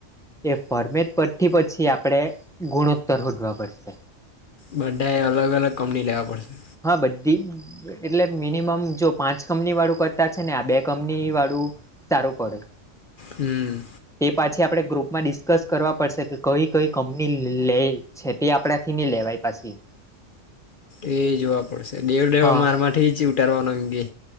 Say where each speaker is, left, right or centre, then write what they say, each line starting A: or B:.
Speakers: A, in the centre; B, on the left.
A: એ ફોર્મેટ પર થી પછી આપણે ગુણોત્તર હોદવા પડશે.
B: બધા એ અલગ અલગ કંપની લેવા પડશે.
A: આ બધી એટલે મિનિમમ જો પાંચ કંપનીવાળું કરતા છે ને આ બે કંપનીવાળું સારું પડે.
B: હમ્મ.
A: તે પાછી આપડણે ગ્રુપમાં ડિસ્કસ કરવા પડશે કે કઈ કઈ કંપની લેએ. છેતી આપડાે થી ની લેવાય પાશી
B: એ યે જોવા પડશે ડેવ દેવ
A: હા
B: મારમાંથી જ ઉતારવાનો એમ કે.